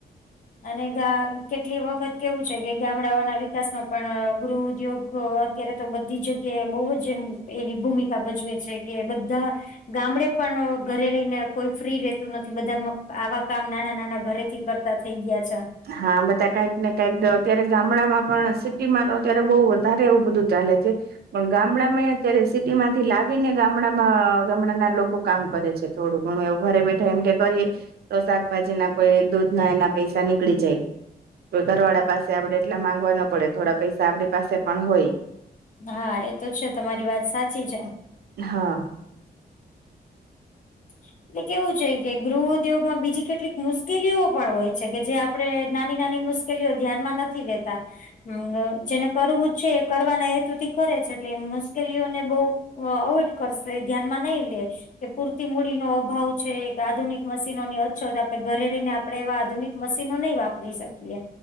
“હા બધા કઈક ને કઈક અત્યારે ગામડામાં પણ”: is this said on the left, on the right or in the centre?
Right